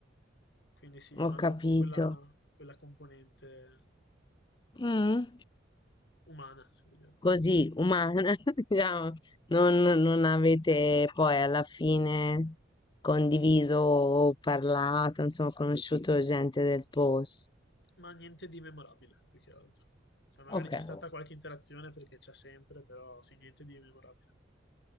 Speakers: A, on the left (about 60°); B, on the left (about 25°).
A: Quindi sì, mi
B: ho
A: manca
B: capito.
A: un po' quella, quella componente
B: Mh.
A: umana, se vogliamo.
B: Così, umana, <laughs> diciamo, non non avete poi alla fine condiviso o parlato, insomma, conosciuto gente del pos
A: ma niente di memorabile, più che altro. Cioè, magari
B: Okay.
A: c'è stata qualche interazione perché c'è sempre, però sì, niente di memorabile.